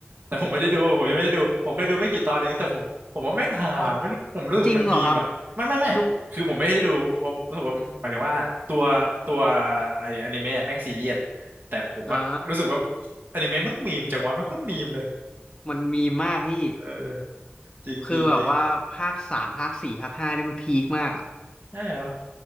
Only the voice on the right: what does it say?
แต่ผมไม่ได้ดูผมยังไม่ได้ดู ผมเคยดูไม่กี่ตอนเองแต่ผมผมว่าแม่งหาไม่รู้ผมรู้สึกว่ามันมีมอ่ะไม่ไม่ไม่คือผมไม่ได้ดูเพราะรู้สึกว่าหมายถึงว่าตัวตัว
ไออนิเมะอะแม่งซีเรียสแต่ผมอะรู้สึกว่า
อนิเมะแม่งมีมจังวะแม่งโคตรมีมเลย
เออจริงจริงจริง
ใช่เหรอ